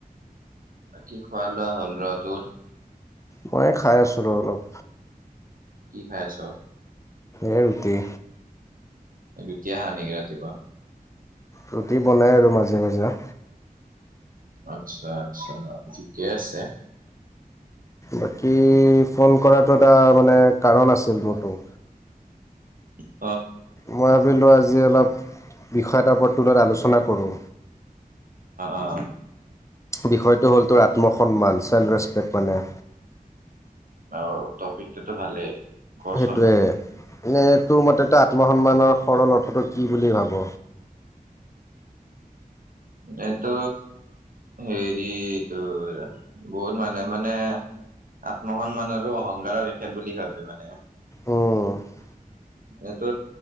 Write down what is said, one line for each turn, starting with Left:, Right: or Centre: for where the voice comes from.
Right: বাকি খোৱা লোৱা হ'ল ৰ তোৰ।
Left: মই খাই আছোঁ ৰ অলপ।
Right: কি খাইছ?
Left: এই ৰুটি
Right: দুতিয়া হা নেকি ৰাতিপুৱা
Left: ৰুটি বনাই আৰু মাজে মাজে
Right: আচ্ছা! আচ্ছা! ঠিকে আছে।
Left: বাকী ফোন কৰাটো এটা মানে কাৰণ আছিল মোৰতো
Right: উম
Left: মই ভাবিলো আজি অলপ বিষয় এটাৰ ওপৰত তুলাত আলোচনা কৰোঁ।
Right: অ
Left: বিষয়টো হ'ল তোৰ আত্মসন্মান চেল্ফ ৰেচপেক্ট মানে
Right: অ দপিক তটো টো ভালেই। কচোন
Left: সেইটোৱে। এনে তোৰ মতে আত্মসন্মানৰ সৰল অৰ্থটো কি বুলি ভাব?
Right: এই টো। হেৰিটো ৰ বহুত মানে মানে। আত্মসন্মান আৰু অহংকাৰক একে বুলি ভাবে মানে।
Left: উম
Right: এটো।